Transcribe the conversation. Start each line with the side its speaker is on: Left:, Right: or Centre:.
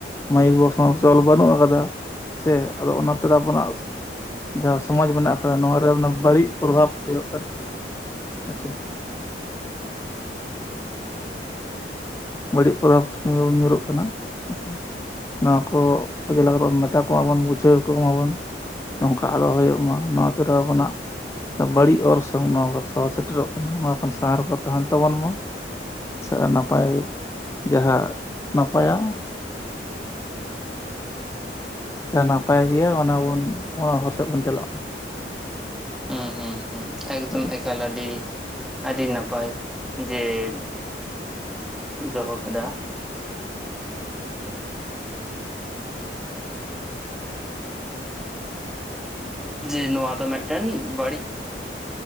Left: ᱢᱟᱭᱤᱠ ᱵᱚᱠᱥ ᱦᱚᱸ ᱪᱚᱞ ᱵᱟᱹᱷᱱᱩᱜ ᱠᱟᱫᱟ ᱾ ᱥᱮ ᱟᱫᱚ ᱚᱱᱟᱛᱮ ᱨᱮ ᱟᱵᱚ ᱱᱟᱜ ᱾ ᱡᱟᱦᱟᱸ ᱥᱚᱢᱟᱡ ᱢᱮᱱᱟᱜ ᱟᱠᱟᱫᱟ ᱱᱚᱣᱟ ᱨᱮ ᱵᱟᱹᱲᱤᱡ ᱯᱨᱚᱵᱷᱟᱵᱽ ᱦᱩᱭᱩᱜ ᱠᱟᱱᱟ ᱦᱮᱸᱥᱮ ᱾ ᱵᱟᱹᱲᱤᱡ ᱯᱚᱨᱚᱵᱽ ᱵᱚᱱ ᱧᱩᱨᱚᱜ ᱠᱟᱱᱟ ᱦᱮᱸᱥᱮ ᱾ ᱱᱚᱣᱟ ᱠᱚ ᱪᱮᱫ ᱞᱮᱠᱟ ᱠᱟᱛᱮᱜ ᱢᱮᱛᱟ ᱠᱚᱭᱟ ᱵᱚᱱ ᱵᱩᱡᱷᱟᱹᱣ ᱠᱚᱢᱟ ᱵᱚᱱ ᱾ ᱱᱚᱝᱠᱟ ᱟᱞᱚ ᱦᱳᱭᱳᱜ ᱢᱟ ᱱᱚᱣᱟ ᱛᱮᱫᱚ ᱟᱵᱚ ᱱᱟᱜ ᱾ ᱵᱟᱹᱲᱤᱡ ᱚᱨᱥᱚᱝ ᱱᱚᱣᱟ ᱠᱚ ᱥᱚᱦᱚᱨ ᱥᱮᱴᱮᱨᱚᱜ ᱠᱟᱱᱟ ᱱᱚᱣᱟ ᱠᱷᱚᱱ ᱵᱟᱦᱟᱨᱮ ᱠᱚ ᱛᱟᱦᱮᱱ ᱛᱟᱵᱚᱱ ᱢᱟ ᱾ ᱥᱮ ᱱᱟᱯᱟᱭ ᱡᱟᱦᱟᱸ ᱱᱟᱯᱟᱭᱟ ᱾ ᱱᱟᱯᱟᱭ ᱜᱮᱸᱭᱟ ᱚᱱᱟ ᱵᱚᱱ ᱚᱱᱟ ᱦᱚᱨ ᱥᱮᱫ ᱵᱚᱱ ᱪᱟᱞᱟᱜ ᱢᱟ ᱾
Centre: ᱦᱩᱸ ᱦᱩᱸ ᱦᱩᱸ ᱮᱠᱫᱚᱢ
Left: ᱦᱳᱭ
Centre: ᱮᱠᱟᱞ ᱟᱹᱰᱤ ᱟᱹᱰᱤ ᱱᱟᱯᱟᱭ ᱡᱮ ᱾ ᱫᱚᱦᱚ ᱠᱮᱫᱟ ᱾ ᱡᱮ ᱱᱚᱣᱟ ᱫᱚ ᱢᱤᱫ ᱴᱮᱱ ᱵᱟᱹᱲᱤᱡ ᱾